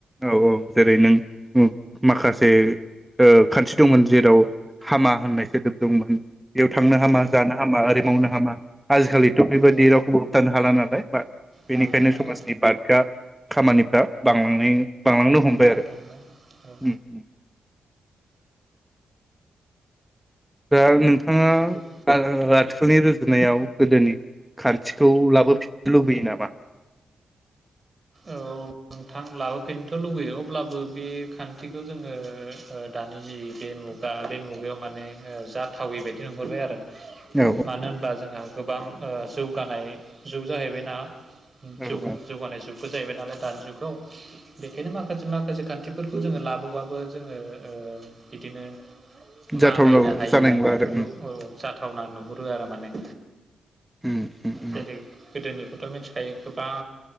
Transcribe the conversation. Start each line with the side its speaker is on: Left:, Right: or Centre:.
Centre: औ औ जेरै नों माखासे ओ खान्थि दंमोन जेराव हामा होननाय सोदोब दंमोन बेयाव थांनो
Right: उम
Centre: हामा जानो हामा ओरै मावनो हामा थांनो हामा जानो हाया आजिखालिथ' बेबायाददि
Right: औ
Centre: रावखौबो होबथानो हाला नालाय बाट बेनिखायनो
Right: हाला हाला
Centre: समाजनि बादग्रा खामानिफ्रा बांलांनाय बांलांनो हमबाय
Right: बांलांबाय
Centre: आरो
Right: औ
Centre: उम । दा नों बिथाङा
Right: खोब
Centre: आ आथिखालनि रुजुनायाव गोदोनि खान्थिखौ लाबोफिन लुबैयो नामा?
Right: औ नोंथां लाबोफैननोथ' लुबैयो अब्लाबो बे खान्थिखौ जोङो ओ दानि जि बे मुगा बे मुगायाव माने जाथावै बायदि नुहरबाय आरो ।
Centre: औ
Right: मानो होनब्ला जोंहा गोबां ओ जौगानाय जुग जाहैबायना ।
Centre: औ औ
Right: जौगानाय जुग फु जाहैबाय नालाय दानि जुगाव । बेखायनो माखासे माखासे खान्थिफोरखौ जोङो लाबोबाबो जोङो ओ बिदिनो
Centre: जाथावनाव
Right: बाहायनो हायि
Centre: जानाय नंला
Right: बेफोरखौ
Centre: आरो
Right: औ जाथावना नुहुरो आरो माने '
Centre: उम उम उम
Right: जेरै गोदोनि खौथ' मिथिखायो गोबां